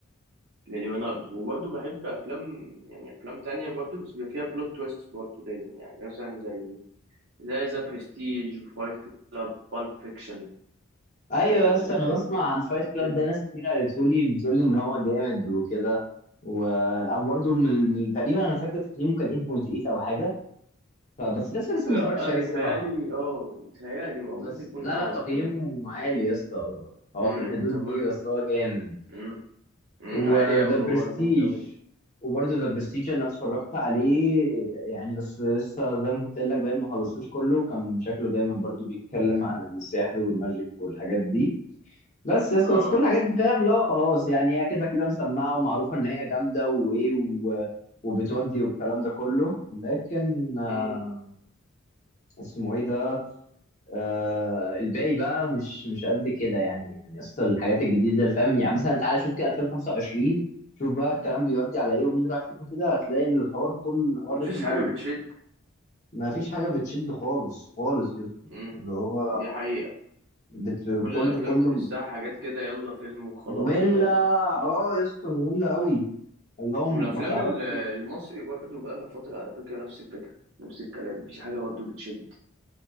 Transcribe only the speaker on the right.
لليوناردو وبرضه بحب افلام يعني افلام تانية برضه بس بيبقى فيها بلوت تويست برضه لازم يعني مثلا زي زي ذا برستيج وفايت كلاب بالب فيكشن
آه
كده
لا
آه،
بيتهيالي
اه بيتهيالي او
ممكن يكون
اعلى
كمان
امم
انا بقول
لك.
امم أمم،
عالي قوي هو
جامد قوي
اه
امم
أمم.
مفيش
حاجة
بتشد
امم
دي حقيقة
كل
الافلام
تحسها حاجات كده يلا فيلم وخلاص
فاهم
والافلام
ال- المصري برضو بقالها فتره على فكره نفس الفكره نفس الكلام مفيش حاجه برضو بتشد